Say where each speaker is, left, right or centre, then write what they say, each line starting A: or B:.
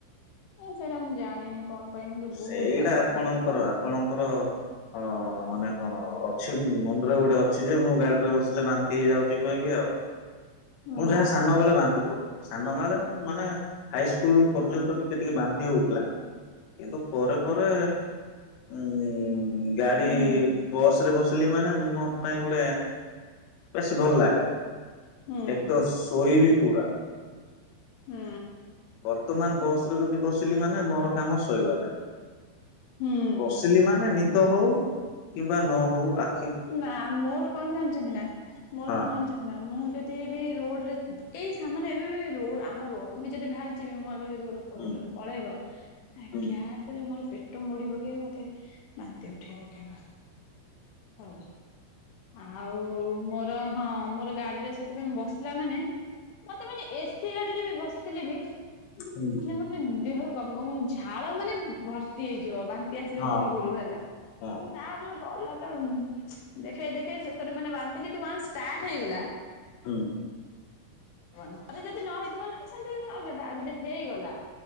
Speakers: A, on the left; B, on the left.
A: ହେ ସେଇଟା ମୁଁ ଜାଣିନି। କଣ ପାଇଁ କିନ୍ତୁ ବହୁତ
B: ସେଇଟା
A: ବାନ୍ତି
B: ଆପଣଙ୍କର
A: ହେଇଯାଏ ମୋର।
B: ଆପଣଙ୍କର ଅ ମାନେ କଣ ଅଛି ମୋ ମୁଣ୍ଡରେ ଗୋଟେ ଅଛି ଯେ ମୁଁ ଗାଡିରେ ବସିଲେ ବାନ୍ତି ହେଇଯାଉଛି କହିକି ଆଉ।
A: ହୁଁ
B: ମୁଁ ଯାହା ସାନବେଳେ ବାନ୍ତି କରୁଥିଲି ସାନବେଳେ ମୁଁ ମାନେ ହାଇସ୍କୁଲ୍ ପର୍ଯ୍ୟନ୍ତ ଟିକେ ଟିକେ ବାନ୍ତି ହଉଥିଲା କିନ୍ତୁ ପରେ ପରେ ଉଁ ଗାଡି
A: ହୁଁ
B: ବସ୍ ରେ ବସିଲି ମାନେ ମୋ ପାଇଁ ଗୋଟେ ବେଶୀ ଭଲ ଲାଗେ
A: ହୁଁ
B: ଏକ ତ ଶୋଇବି ପୁରା।
A: ହୁଁ।
B: ବର୍ତ୍ତମାନ ବସ୍ ରେ ଯଦି ବସିଲି ମାନେ ମୋର କାମ ଶୋଇବା କାମ।
A: ହୁଁ।
B: ବସିଲି ମାନେ ନିଦ ହଉ କିମ୍ବା ନ ହଉ ଆ
A: ନାଁ ମୋର କଣ ଜାଣିଛନ୍ତି ନା ମୋର
B: ହଁ
A: କଣ ଜାଣିଛନ୍ତି ନା ମୁଁ ଯଦି ବି ରୋଡ୍ ରେ ଉଁ ଏଇ ସାମାନ୍ୟ ଏବେ ବି ରୋଡ୍ ଆମ ରୋଡ୍ କୁ ବି ଯଦି ବାହାରିଯିବି ମୁଁ ଆଗରୁ ଯେ ଯଦି ଗୋଟେ ଫୋର୍
B: ହୁଁ
A: ହୁଇଲର୍ ପଳେଇବ ତା
B: ହୁଁ
A: ଗ୍ୟାସ୍ ରେ ମୋର ପେଟ ମୋଡି ପକେଇ ମତେ ବାନ୍ତି ଉଠେଇବ ଉଠେଇବ। ହେଲା ଆଉ ମୋର ହଁ ମୋର ଗାଡିରେ ସେଥିପାଇଁ ବସିଲା ମାନେ ମତେ ମାନେ ଏସି ଗାଡିରେ ବି ବସିଥିଲେ ବି
B: ହୁଁ
A: ମାନେ ମତେ ଉଁ ଦେହରୁ ଗମ୍ ଗମ୍ ଝାଳ ମାନେ ଭର୍ତ୍ତି ହେଇଯିବ ବା। ସିଏ ଆସିବା
B: ହଁ
A: ପୂର୍ବୁରୁ
B: ହଁ
A: ହେଲା
B: ହଁ
A: ତାପରେ ଗଲା। ତ ଦେଖେଇ ଦେଖେଇ ଶେଷରେ ମାନେ ବାନ୍ତି ଯେଦି ୱାନ୍ସ୍ ଷ୍ଟାର୍ଟ ହେଇଗଲା
B: ହୁଁ
A: ୱାନ୍ ଥରେ ଯଦି ନ ହେଇଥିବ ନାଇଁ ସେଇଟା ଅଲଗା କଥା ଆଉ ଯଦି ହେଇଗଲା।